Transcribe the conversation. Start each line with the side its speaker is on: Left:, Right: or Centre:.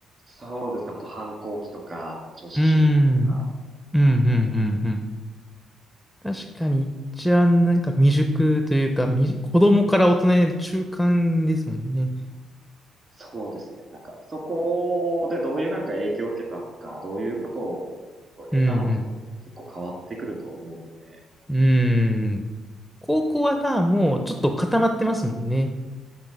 Right: そうですね、本当反抗期とか、なんかちょっと思春期とか、
Centre: うーん。うん、うん、うん、
Right: えー
Centre: うん。確かに一番なんか未熟というか、未熟子供から大人への中間ですもんね。
Right: そうですね、なんかそこでどういうなんか影響を受けたのか、どういうことを得たのかによって結構変わってくると思うので、
Centre: うん、うん。うーん。高校はな、
Right: ですかね。
Centre: もうちょっと固まってますもんね。